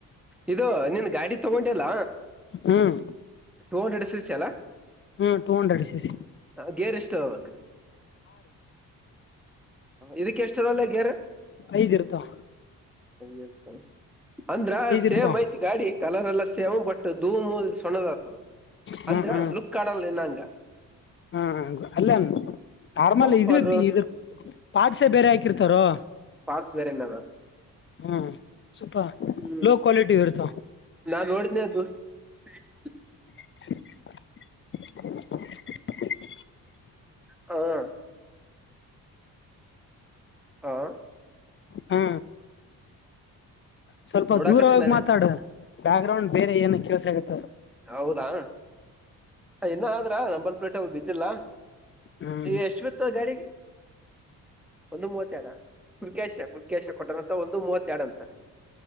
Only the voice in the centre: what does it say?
ಇದು ನಿನ್ ಗಾಡಿ ತಗೊಂಡೆಲ್ಲ
ಟೂ ಹಂಡ್ರೆಡ್ ಎಸ್ ಸಿ ಅಾ
ಗೇರ್ ಇಷ್ಟು ಅವತ್ತೆ ಇದಕ್ಕೆ ಎಷ್ಟದಲ್ಲ ಎಾರ <unintelligible>
ಹ ಅಂತ ಅಂದ್ರ ಸೇಮ್
ಐತಿ ಗಾಡಿ ಕಲರ್ ಎಲ್ಲ ಸೇಮ್ ಬಟ್ ಧೂಮು ಸಣ್ಣದ್ ಆಗ್ತದ
ಅಂದ್ರ
ಲುಕ್ ಕಡಲ್ಲ ಇನ್ನಂಗ
ಪಂಪರ್
ಪಾರ್ಟ್ಸ್ ಬೇರೆನಾರ
ಹ್ಮ್
ನಾ <unintelligible>
ಹಾ <unintelligible> ಹಾ
ನೋಡಾಕತ್ತೀನಿ
ಅದೇ
ಹೌದಾ ಇನ್ನು ಆದ್ರ ನಂಬರ್ ಪ್ಲೇಟ್ ಬಿದ್ದಿಲ್ಲ
ಎಷ್ಟು ಬಿತ್ತು ಗಾಡಿಗೆ ಒಂದು ಮೂವತ್ತ ಎಡ ಹುಲ್ಕೇಶ ಪುಲ್ಕೇಶ ಕೊಟ್ಟಂತ ಒಂದು ಮೂವ ನಂತರ <unintelligible>